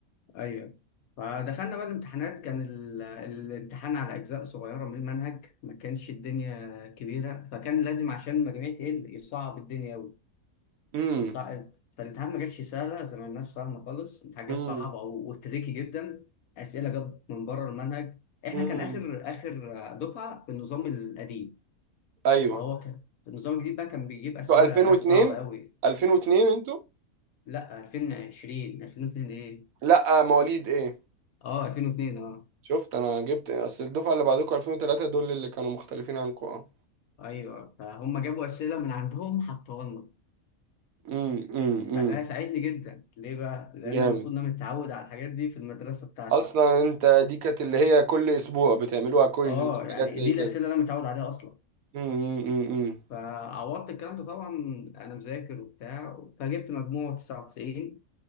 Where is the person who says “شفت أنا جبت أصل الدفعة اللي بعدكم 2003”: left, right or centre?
Right